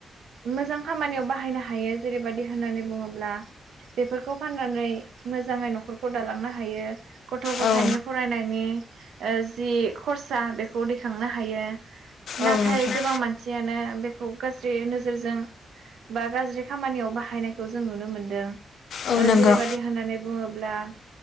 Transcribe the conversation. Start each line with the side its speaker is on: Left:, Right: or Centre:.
Right: मोजां खामानियाव बाहायनो हायो जेरैबायदि होननानै बुङोब्ला बेफोरखौ फाननानै मोजाङै नखरखौ दालांनो हायो गथ गथाइनि
Left: औ
Right: फरायनायनि ओ जि खरसा बेखौ दैखांनो हायो
Left: औ
Right: नाथाय
Left: नोंथां
Right: गोबां मानसियानो बे खौ गाज्रि नोजोरजों बा गाज्रि खामानियाव बाहायनायखौ जों नुनो मोनदों ओ
Left: औ नोंगौ
Right: जेरैबायदि होननानै बुङोब्ला